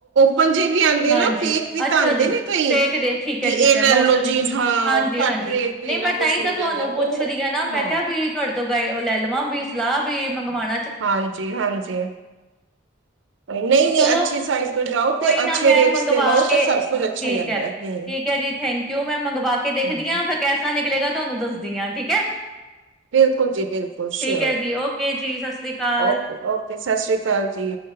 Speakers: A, on the right; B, in the centre.
A: ਪੰਜੇ ਵੀ ਆਉਂਦੇ
B: ਹਾਂਜੀ,
A: ਨਾ ਫੇਕ ਵੀ
B: ਅੱਛਾ
A: ਤਾਂ ਆਉਂਦੇ
B: ਜੀ,
A: ਨੇ ਕਈ
B: ਫੇਕ ਦੇ ਠੀਕ
A: ਕਿ
B: ਐ
A: ਇਹ
B: ਠੀਕ ਐ
A: ਲੈ
B: ਮੈਂ
A: ਲੋ
B: ਉਸ ਤੋਂ ਨੀ
A: ਜੀ ਹਾਂ
B: ਹਾਂਜੀ-ਹਾਂਜੀ,
A: ਘੱਟ ਰੇਟ ਤੇ
B: ਨਈ
A: ਇੰਨਾ
B: ਮੈਂ ਤਾਂਈ
A: ਕੁਛ ਮਿਲ
B: ਤਾਂ ਤੁਹਾਨੂੰ
A: ਜਾਂਦਾ
B: ਪੁੱਛਦੀ
A: ਉਹ
B: ਹੈ ਨਾ ਮੈਂ
A: ਹਾਂ
B: ਕਿਹਾ ਵੀ ਘਰ ਤੋਂ ਗਏ ਲੈ ਲਵਾਂ ਵੀ ਸਲਾਹ ਵੀ ਮੰਗਵਾਉਣੀ
A: ਹਾਂਜੀ ਹਾਂਜੀ ਨਹੀਂ ਨਹੀਂ
B: ਚਲੋ
A: ਅੱਛੀ ਸਾਈਜਟ ਤੋਂ ਜਾਓ
B: ਕੋਈ
A: ਤੇ
B: ਨਾ
A: ਅੱਛੇ
B: ਮੈਂ
A: ਰੇਟਸ
B: ਮੰਗਵਾ
A: ਤੇ ਲਓ
B: ਕੇ
A: ਤਾਂ ਸਭ ਕੁਝ ਅੱਛਾ
B: ਠੀਕ
A: ਹੀ ਆਉਂਦਾ
B: ਹੈ ਠੀਕ
A: ਹਮ
B: ਹੈ ਜੀ ਥੈਂਕ ਯੂ ਮੈਂ ਮੰਗਵਾ ਕੇ ਦੇਖਦੀ
A: ਹਮ
B: ਹਾਂ ਫਿਰ ਕੈਸਾ ਨਿਕਲੇਗਾ ਤੁਹਾਨੂੰ ਦੱਸਦੀ ਹਾਂ ਠੀਕ ਹੈ
A: ਬਿਲਕੁਲ ਜੀ ਬਿਲਕੁਲ ਸ਼ਓਰ
B: ਐ ਜੀ ਓਕੇ ਜੀ ਸਤਿ ਸ੍ਰੀ ਅਕਾਲ,
A: ਓਕੇ ਓਕੇ ਸਤਿ ਸ੍ਰੀ ਅਕਾਲ ਜੀ